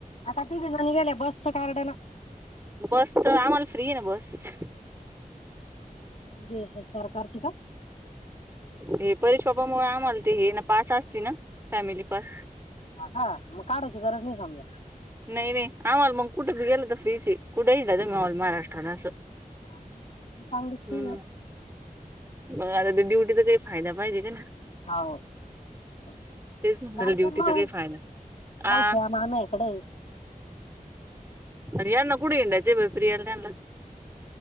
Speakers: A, on the left; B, on the right.
A: आत्ता तिघीजणी गेल्या बसच्या कार्ड न.
B: बस चं आम्हाला फ्री हे ना बस.
A: जे सं सरकारची का?
B: हे परेश पापा मुळ आम्हाल ते हे ना पास असते ना, फॅमिली पास.
A: हा का म काढायची गरज नाही समजा.
B: नही, नही, आम्हाला मग कुठेबी गेलं त फ्रीचं हे कुठेही जा, तुमी ऑल महाराष्ट्रात असं.
A: बाप रे <unintelligible> सांगित
B: हम्म
A: की
B: मग आता ते ड्युटीचा काही फायदा, पाहिजे का नाही.
A: हा वो. जायचं
B: तेच म्हणाले ड्युटीचा
A: मं
B: काही फायदा
A: मावश्या
B: आ
A: माम्या इकड हे
B: आणि यांणा कुढ हिडांयाचं बई प्रिया न त्यांनलां.